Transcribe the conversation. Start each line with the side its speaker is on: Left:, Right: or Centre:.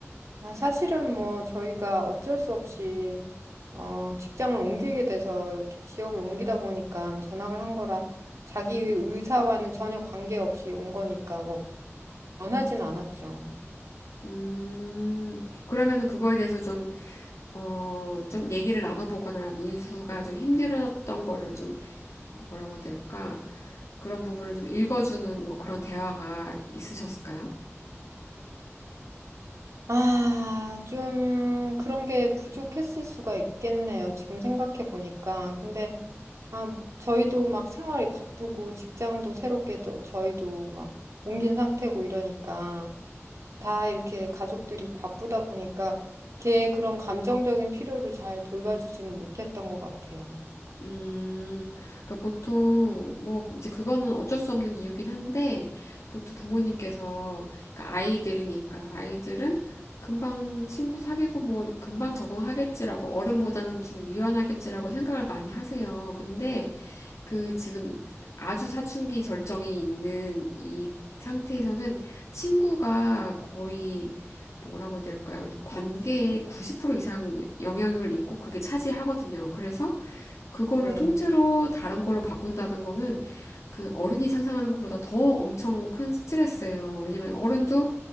Right: 아, 사실은 뭐 저희가 어쩔 수 없이 어, 직장을 옮기게 돼서 이렇게 지역을 옮기다 보니까 전학을 한 거라 자기 의사와는 전혀 관계없이 온 거니까 원- 원하진 않았죠.
Left: 음, 그러면은 그거에 대해서 좀, 어, 좀 얘기를 나눠보거나 민수가 좀 힘들었던 거를 좀, 뭐라고 해야 될까? 그런 부분을 좀 읽어주는 뭐 그런 대화가 있으셨을까요?
Right: 아, 좀 그런 게 부족했을 수가 있겠네요. 지금 생각해 보니까. 근데 아, 저희도 막 생활이 바쁘고 직장도 새롭게 또 저희도 막 옮긴 상태고 이러니까 다 이렇게 가족들이 바쁘다 보니까 걔 그런 감정적인 필요를 잘 돌봐주지는 못했던 것 같아요.
Left: 음, 그러니까 보통 뭐 이제 그거는 어쩔 수 없는 이유긴 한데 보통 부모님께서 그러니까 아이들이니까 아이들은 금방 친구 사귀고 뭐 금방 적응하겠지라고 어른보다는 좀 유연하겠지라고 생각을 많이 하세요. 근데 그 지금 이- 아주 사춘기 절정이 있는 이 상태에서는 친구가 거의 뭐라고 해야 될까요? 관계의 90% 이상 영향을 있고 그게 차지하거든요. 그래서 그거를
Right: 네,
Left: 통째로 다른 걸로 바꾼다는 거는 그 어른이 상상하는 것보다 더 엄청 큰 스트레스예요. 왜냐면 어른도